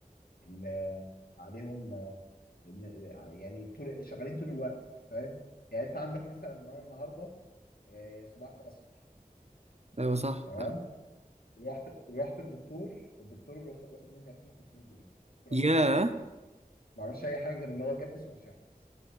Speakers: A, on the left (about 80°); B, on the right (about 45°).
A: اللي آه، عليهم آه، يعني طول شغالين طول الوقت انت فاهم يعني انت عندك مثلا ان انا النهارده آه، صباع كسر
B: ايوه صح
A: تمام رحت رحت الدكتور الدكتور واخ- واخد مني 2500 جنيه دكتور
B: يا
A: عزام ما عملش اي حاجه غير ان هو جبس واشعه بس